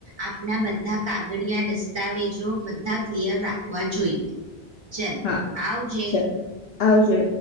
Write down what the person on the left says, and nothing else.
હા
ચાલ આવજે